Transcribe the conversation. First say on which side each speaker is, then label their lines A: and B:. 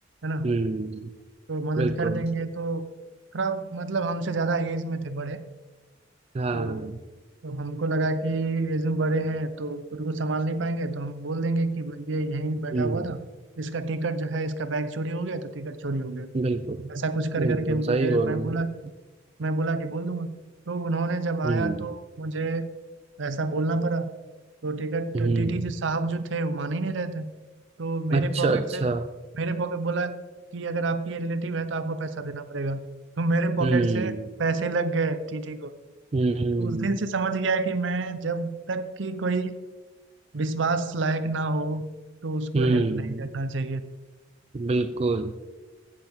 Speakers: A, on the right; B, on the right.
A: ना
B: हम्म
A: तो मदद
B: बिल्कुल
A: कर देंगे तो थोड़ा मतलब हमसे ज़्यादा एज में थे बड़े
B: हाँ
A: तो, तो हमको लगा कि एज में बड़े हैं तो खुद को संभाल नहीं पाएंगे तो हम बोल देंगे कि ये यहीं बैठा
B: हम्म
A: हुआ था इसका टिकट जो है इसका बैग चोरी हो गया तो टिकट चोरी हो गया
B: बिल्कुल
A: ऐसा कुछ कर
B: बिल्कुल
A: करके मुझे
B: सही बोल
A: मैं
B: रहे
A: बोला
B: हैं
A: मैं बोला कि बोल दूंगा तो उन्होंने जब आया
B: हम्म
A: तो मुझे ऐसा बोलना पड़ा तो टिकट
B: हम्म
A: टीटी जी साहब जो थे वो मान ही नहीं रहे थे तो मेरे
B: अच्छा
A: पॉकेट
B: अच्छा
A: से मेरे पॉकेट बोला कि अगर आपकी ये रिलेटिव है तो आपको पैसा देना पड़ेगा तो मेरे पॉकेट
B: हम्म
A: से पैसे लग गए टीटी को
B: हम्म
A: तो उस दिन से समझ गया कि मैं जब तक कि कोई विश्वास लायक ना हो तो उसको
B: हम्म
A: हेल्प नहीं करना चाहिए
B: बिल्कुल